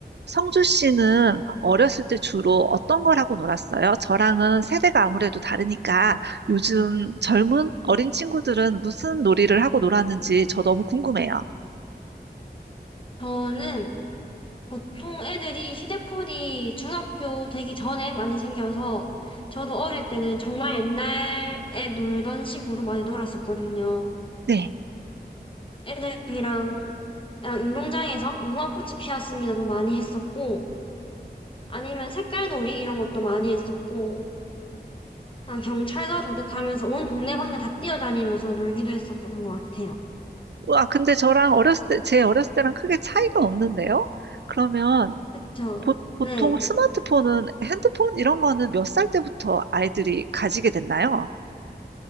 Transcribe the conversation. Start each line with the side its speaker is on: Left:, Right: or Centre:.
Right: 성주 씨는 어렸을 때 주로 어떤 걸 하고 놀았어요? 저랑은 세대가 아무래도 다르니까 요즘 젊은 어린 친구들은 무슨 놀이를 하고 놀았는지 저 너무 궁금해요.
Left: 저는 보통 애들이 휴대폰이 중학교 되기 전에 많이 생겨서 저도 어릴 때는 정말 옛날에 놀던 식으로 많이 놀았었거든요.
Right: 네.
Left: 애들이랑 그냥 운동장에서 무궁화꽃이 피었습니다도 많이 했었고 아니면 색깔놀이 이런 것도 많이 했었고 그냥 경찰과 도둑하면서 온 동네방네 다 뛰어다니면서 놀기도 했었던 것 같아요.
Right: 와, 근데 저랑 어렸을 때, 제 어렸을 때랑 크게 차이가 없는데요? 그러면
Left: 그쵸?
Right: 보, 보통
Left: 네.
Right: 스마트폰은 핸드폰 이런 거는 몇 살 때부터 아이들이 가지게 됐나요?